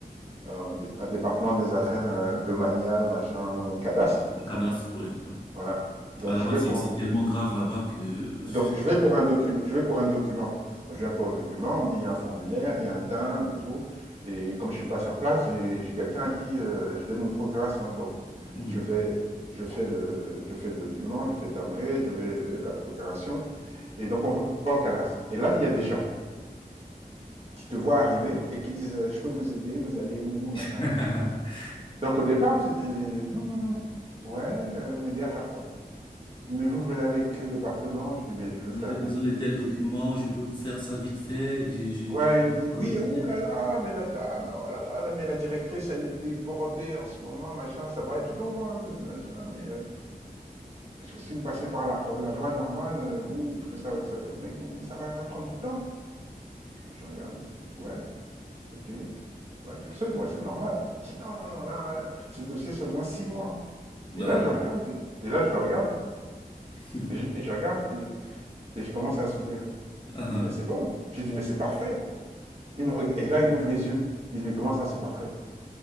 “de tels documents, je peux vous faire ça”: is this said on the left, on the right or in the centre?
Left